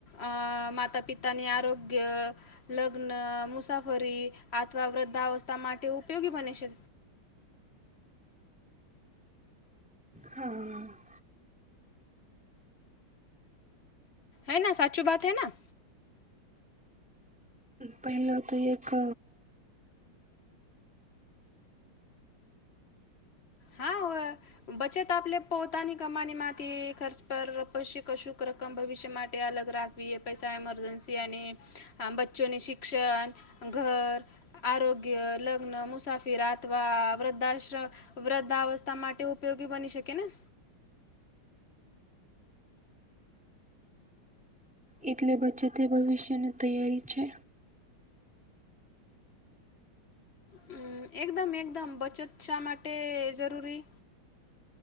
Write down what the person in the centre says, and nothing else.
હા.
પહેલો તો યે કહ
એટલે બચત એ ભવિષ્યની તૈયારી છે.